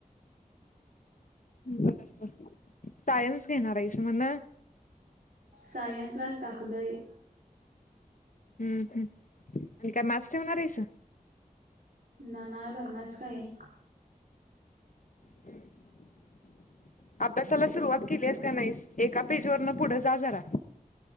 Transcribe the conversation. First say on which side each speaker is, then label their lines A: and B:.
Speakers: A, on the left; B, on the right.
A: बरं, बरं सायन्स घेणार आहेस म्हण
B: सायन्स लाच टाकलंय.
A: हम्म, ह् आणि काय मास् ठेवणार आहेस
B: ना नाही बावलाच काही
A: हम्, अभ्यासाला सुरुवात केलीयास् का नाहीस, एका पेज वरन पुढं जा जरा.